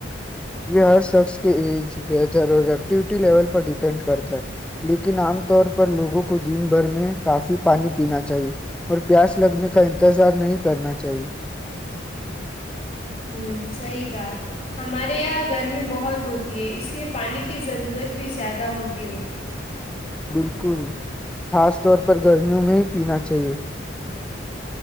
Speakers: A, in the centre; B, on the left.
A: یہ ہر شخص کے ای بتر اور ایکٹو <unintelligible> لیول پر ڈیپینڈ کرتا ہے لیکن عام طور پر <unintelligible> پر لوگوں کو دن بھر میں کافی پانی پینا چاہیے اور پیاس لگنے کا انتظار نہیں کرنا چاہیے <unintelligible>
B: ہوں صحی کہا ہمارے یہاں گرمی بہت ہوتی ہے اس لیے پانی کی ضرورت بھی زیادہ ہوتی ہوگی
A: بالکل خاص طور پر گرمیوں میں ہی پینا <unintelligible> چاہیے <unintelligible>